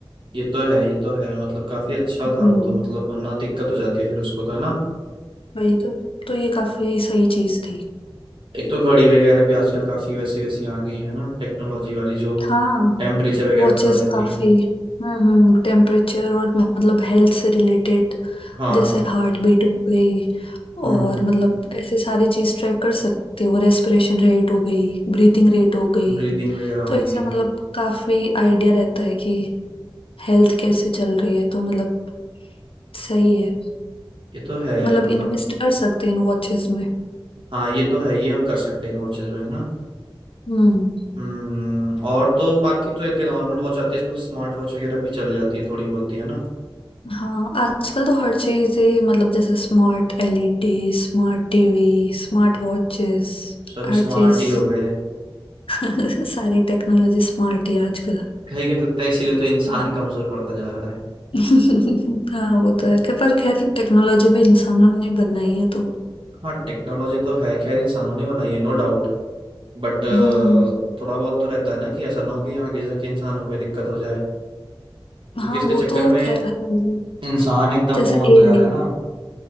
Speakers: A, on the right (about 65°); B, on the left (about 80°).
A: ये तो है ये तो है मतलब काफी अच्छा था
B: हम्म
A: वो तो मतलब वरना दिक्कत हो जाती है फिर उसको तो है ना
B: वही तो तो ये काफी सही चीज थी
A: एक तो घड़ी वगैरह भी आजकल काफी वैसी वैसी आ गई है ना टेक्नोलॉजी वाली जो
B: हाँ
A: टेम्परेचर वगैरह
B: वॉचेस
A: बता देती
B: काफी
A: हैं
B: हम्म हम्म टेम्परेचर और मतलब हेल्थ से रिलेटेड
A: हाँ
B: जैसे हार्ट बीट हो गई
A: हम्म
B: और मतलब ऐसे सारी चीज ट्रैक कर सकते हो रेस्पिरेशन रेट हो गई ब्रीथिंग रेट हो गई
A: ब्रीदिंग वगैरह
B: तो
A: हो
B: इससे
A: गई
B: मतलब काफी आइडिया रहता है कि हेल्थ कैसे चल रही है तो मतलब सही है
A: ये तो है
B: मतलब
A: मतलब
B: इन्वेस्ट कर सकते हैं इन वॉचेस में
A: हाँ ये तो है ये हम कर सकते हैं इन वॉचेस में है ना
B: हम्म
A: हम्म और तो बाकी तो एक नॉर्मल वॉच आती है आजकल स्मार्ट वॉच वगैरह भी चल जाती है थोड़ी बहुत ही है ना
B: हाँ आजकल तो हर चीज ही मतलब जैसे smart LED smart TV smart watches
A: सब
B: हर
A: स्मार्ट
B: चीज
A: ही हो गए हैं
B: <laughs> सारी टेक्नोलॉजी स्मार्ट ही है आजकल
A: कहीं कहीं लगता है इसीलिए तो इंसान <laughs> कमजोर पड़ता जा रहा है
B: <laughs> हाँ वो तो है कि पर खैर टेक्नोलॉजी भी इंसानों ने बनाई है तो
A: हाँ टेक्नोलॉजी तो है खैर इंसानों ने बनाई है नो डाउट बट
B: हम्म
A: थोड़ा बहुत तो रहता है ना कि ऐसा ना हो कि आगे जाके इंसानों को कोई दिक्कत हो जाए
B: हाँ
A: क्योंकि इसके
B: वो
A: चक्कर
B: तो
A: में
B: खैर है ही।
A: इंसान एकदम
B: जैसे
A: वो बनता
B: एआई
A: जा रहा है ना